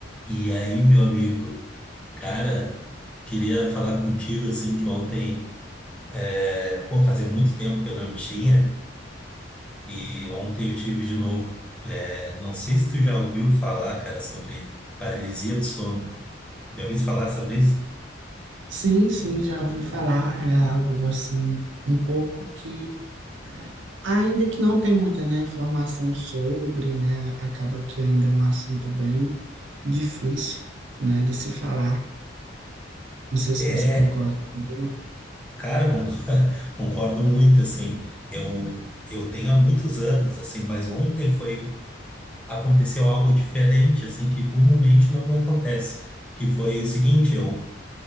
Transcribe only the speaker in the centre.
E aí, meu amigo, cara, queria falar contigo assim que ontem, é, pô, fazia muito tempo que eu não tinha, e ontem eu tive de novo. É, não sei se tu já ouviu falar, cara, sobre paralisia do sono. Já ouviu falar sobre isso?
É,
cara, con- <laughs> concordo muito, assim. Eu, eu tenho há muitos anos, assim, mas ontem foi, aconteceu algo diferente, assim, que comumente não me acontece. Que foi o seguinte, eu